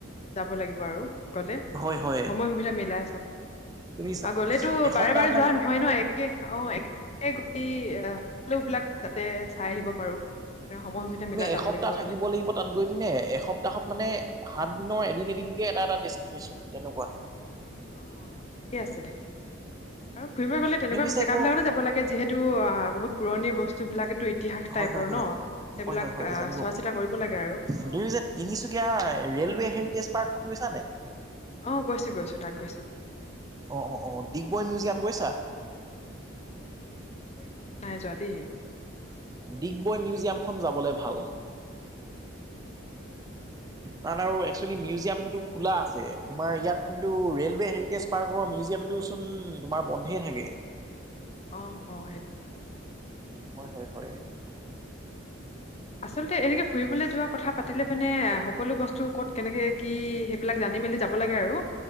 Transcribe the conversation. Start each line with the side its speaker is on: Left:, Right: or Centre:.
Left: যাব লাগিব আৰু গলে।
Right: হয় হয়
Left: সময় সুবিধা মিলাই চব।
Right: তুমি
Left: গলেটো
Right: এসপ্তাহ
Left: বাৰে বাৰে
Right: মান
Left: যোৱা নহয় ন একে অঁ এক গৈ কি অঁ লোগ বিলাক তাতে চাই আহিব পাৰো। তেনে সময় সুবিধা
Right: তুমি
Left: মিলাই
Right: এসপ্তাহ
Left: যাব লাগিব
Right: থাকিব
Left: আৰু
Right: লাগিব তাত গৈ পিনে এসপ্ত সপ্তাহত মানে সাত দিনৰ এদিন এদিনকে এটা এটা ডেষ্টিনেশচন তেনেকুৱা।
Left: অঁ ঠিকে আছে দেখোন, আৰু ফুৰিব গ'লে তেনেকুৱা
Right: তুমি পিছে
Left: জেগা
Right: ক
Left: বিলাকো যাব লাগে যিহেত এইটো আ বহুত পুৰণি বস্তু বিলাকেতো ইতিহাস
Right: হয়
Left: টাইপৰ
Right: হয় হয়
Left: ন সেইবিলাক
Right: হয় হয় হয় জানিব
Left: চোৱা
Right: পাৰি
Left: চিতা কৰিব লাগে আৰু। অ
Right: তুমি পিছে তিনিচুকীয়া ৰেলৱে হেৰিটেজ পাৰ্কখন গৈছা নে নাই?
Left: অঁ গৈছোঁ গৈছোঁ তাত গৈছোঁ।
Right: অঁ অঁ অঁ ডিগবৈ মিউজিয়াম গৈছা।
Left: অঁ, ডিগবৈত নাই যোৱা দেই।
Right: ডিগবৈ মিউজিয়ামখন যাবলৈ ভাল।
Left: আঁহ
Right: তাত আৰু একচুৱেলি মিউজিয়ামো খোলা আছে। তোমাৰ ইয়াত কিন্তু ৰে'লৱে
Left: অ
Right: হেৰিটেজ পাৰ্কৰ মিউজিয়ামটোচোন তোমাৰ বন্ধে থাকে।
Left: অঁ অঁ সেইটো হয়।
Right: হয় হয় হয়।
Left: আচলতে এনেকে ফুৰিবলৈ যোৱাৰ কথা পাতিলে পিনে সকলো বস্তু ক'ত কেনেকে কি এইবিলাক জানি মেলি যাব লাগে আৰু,